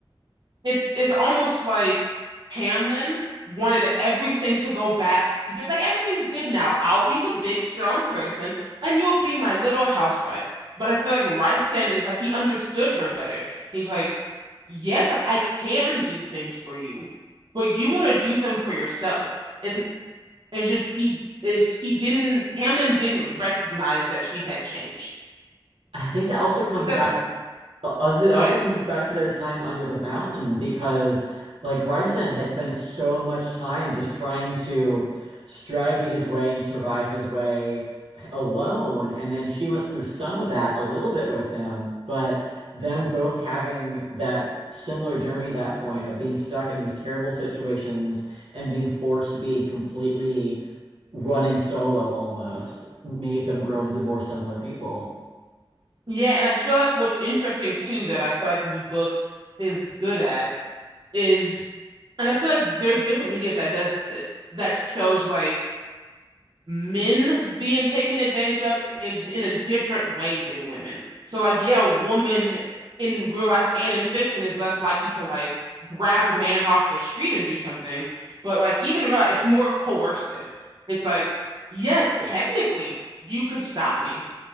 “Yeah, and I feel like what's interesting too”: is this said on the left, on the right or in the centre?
Right